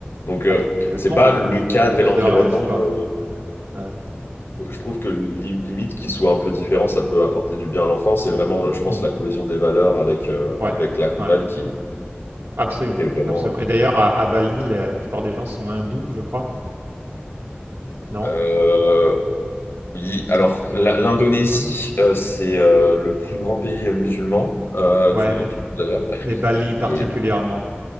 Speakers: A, on the left; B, on the right.
A: donc, euh,
B: Oh bah, complètement,
A: c'est pas le
B: heu,
A: cadre
B: enfance
A: et l'environnement.
B: de rêve, quoi.
A: euh,
B: Ouais.
A: je trouve que li- limite qu'il soit un peu différent, ça peut apporter du bien à l'enfant. C'est vraiment, je pense,
B: Mmh
A: la cohésion des valeurs avec, euh,
B: Ouais.
A: avec la compagne
B: Ouais, ouais.
A: qui
B: Absolument,
A: est vraiment.
B: absolument et d'ailleurs à à Bali, la la plupart des gens sont hindous, je crois, non?
A: euh, euh, oui, alors
B: Ils sont
A: la- l'Indonésie, euh, c'est euh, le plus grand pays musulman euh,
B: ouais,
A: du monde,
B: mais
A: d'ailleurs.
B: mais Bali particulièrement.
A: Et euh,